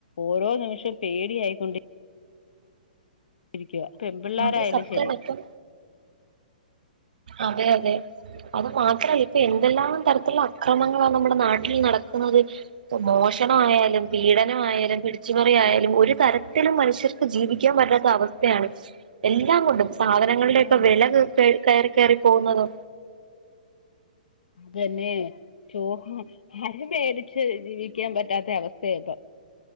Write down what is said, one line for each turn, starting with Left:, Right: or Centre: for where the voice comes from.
Left: ഓരോ നിമിഷം പേടിയായിക്കൊണ്ടി രിക്ക്യവ പെൺ പിള്ളാരായാലും
Right: അത് സത്യാണ്
Left: ശരി
Right: ഇപ്പം അതെ അതെ അത് മാത്രല്ല ഇപ്പൊ എന്തെല്ലാം തരത്തിലുള്ള അക്രമങ്ങളാണ് നമ്മുടെ നാട്ടിൽ നടക്കുന്നത് ഇപ്പൊ മോഷണമായാലും പീഡനമായാലും പിടിച്ച്പറി ആയാലും ഒരോ തരത്തിലും മനുഷ്യർ ജീവിക്കാൻ പറ്റാത്ത അവസ്ഥയാണ് എല്ലാം കൊണ്ടും സാധനങ്ങളുടെ
Left: ആഹ്
Right: ഒക്കെ വെല കയറി കയറി പോവുന്നതൊ
Left: അതെന്നേ ചോ അരി മേടിച്ച് ജീവിക്കാൻ പറ്റാത്ത അവസ്ഥയ ഇപ്പൊ